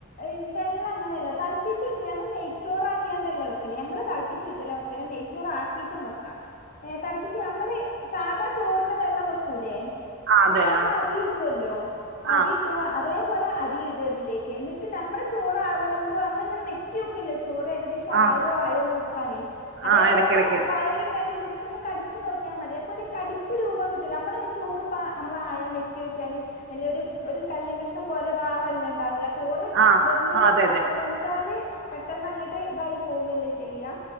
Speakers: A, on the left (about 40°); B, on the right (about 55°).
A: ഏയ് വെള്ള അങ്ങനെയല്ല തളപ്പിചൂറ്റി ഞങ്ങൾ നെയ്ച്ചോറാക്കിയാണ്ടല്ല വെക്കല്, ഞങ്ങള് തെളപ്പിച്ചുറ്റല വെക്കല് നെയ്ച്ചോറ് ആക്കിയിട്ട്. ും വെക്കാം ഏ തളപ്പിച്ച് നമ്മള് സാധാ ചോറിന് വെള്ളം വെക്കൂല്ലേ
B: ആ അതെ.
A: അപ്പൊ നമ്മൾ
B: ആ.
A: അരിയിടുല്ലോ
B: ആ.
A: അരി അതേപലെ അരിയിടതിലേക്ക് എന്നിട്ട് നമ്മൾ ചോറവിടുമ്പോൾ നമ്മളിങ്ങനെ ഞെക്കിക്കല്ലോ ചോറ് ഏകദേശം.
B: ആ.
A: ആയോ ആയോ നോക്കാന് അതേപോലെന്ന്
B: ആ ഇടയ്ക്കിടയ്ക്ക്.
A: വായല ഇട്ടാണ്ട് ജസ്റ്റ് ഒന്ന് കടി വച്ച് നോക്കിയാൽ മതി അപ്പൊ ഒരു കടിപ്പ് രൂപം കിട്ടൂല്ല നമ്മള് ചോർപ്പാ നമ്മള് ആയാ നെക്കി നോക്കിയാല് അല്ല ഒരു ഒരു കല്ല് കഷ്ണം പോലെ വാറല്ല ഉണ്ടാവ ചോറ്
B: ആ.
A: വെന്തിണ്
B: ആ അതെ അതെ.
A: വെന്താല് പെട്ടന്ന് അങ്ങട്ട് ഇതായി പോവല്ലേ ചെയ്യാ